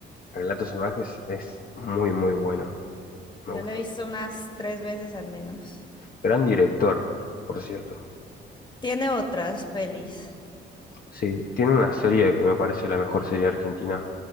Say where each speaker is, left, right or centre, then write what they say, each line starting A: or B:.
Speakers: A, on the left (about 50°); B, on the left (about 20°).
A: Relatos salvajes es muy, muy buena. Me
B: Yo
A: gusta.
B: la he visto unas tres veces al menos.
A: Gran director, por cierto.
B: Tiene otras pelis.
A: Sí, tiene una serie que me parece la mejor serie argentina,